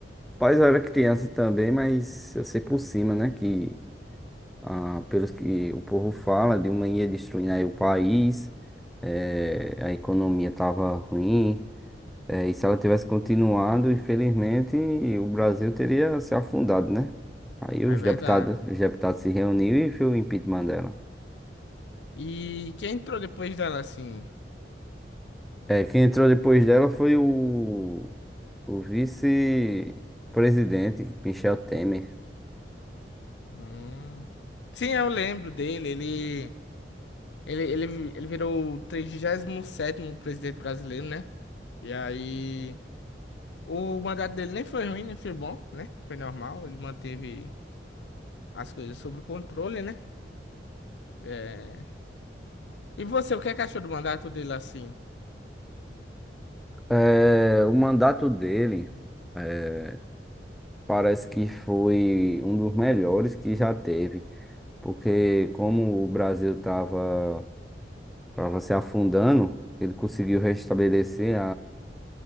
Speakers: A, in the centre; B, on the left (about 80°).
A: Mas eu era criança também, mas eu sei por cima, né, que ah, pelos que o povo fala, Dilma ia destruindo aí o país, eh, a economia tava ruim. É, e se ela tivesse continuado, infelizmente, o Brasil teria se afundado, né? Aí
B: É
A: os
B: verdade.
A: deputados, os deputados se reuniram e fez o impeachment dela.
B: E quem entrou depois dela assim?
A: É, quem entrou depois dela foi o, o vice-presidente, Michel Temer.
B: Hum. Sim, eu lembro dele. Ele, ele, ele, ele virou o 37º presidente brasileiro, né? E aí, o mandato dele nem foi ruim, nem foi bom, né? Foi normal. Ele manteve as coisas sob o controle, né? É. E você, o que é que achou do mandato dele assim?
A: É, o mandato dele é, parece que foi um dos melhores que já teve, porque como o Brasil estava estava se afundando, ele conseguiu restabelecer